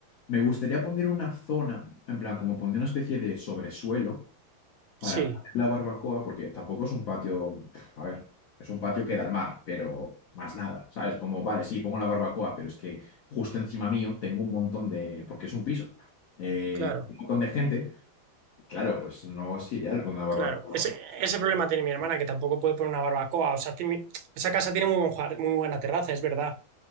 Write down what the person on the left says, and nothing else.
me gustaría poner una zona, en plan, como poner una especie de sobresuelo para
poner la barbacoa, porque tampoco es un patio, a ver, es un patio que da al mar, pero más nada, ¿sabes? Como, vale, sí, pongo la barbacoa, pero es que justo encima mío tengo un montón de, porque es un piso, eh,
un montón de gente, y claro, pues no es ideal poner una barbacoa.